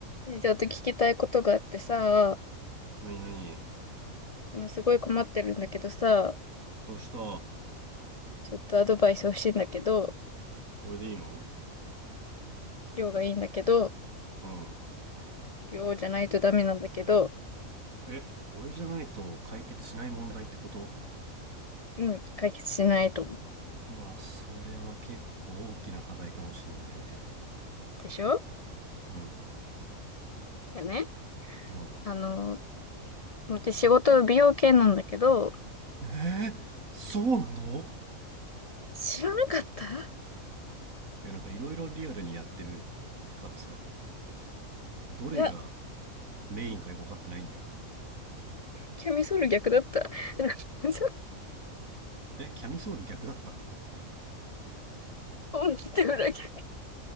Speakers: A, on the left (about 75°); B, on the right (about 75°).
A: ねちょっと聞きたいことがあってさ、
B: なになに
A: あのすごい困ってるんだけどさ、
B: どうした
A: ちょっとアドバイス欲しいんだけど、
B: 俺でいいの
A: 量がいいんだけど、
B: うん。
A: 量じゃないとダメなんだけど、
B: え、俺じゃないと解決しない問題ってこと
A: うん、解決しないと思う。
B: うわ、それは結構大きな課題かもしんないね。
A: でしょ
B: うん。
A: いやね、
B: なんだ。
A: あの、私仕事美容系なんだけど、
B: えー、そうなの
A: 知らなかった
B: いや、なんかいろいろリアルにやってるからさ、どれが
A: いや、
B: メインかよく分かってないんだよね。
A: キャミソール逆だった。<laughs> ん
B: え、キャミソール逆だった
A: って裏逆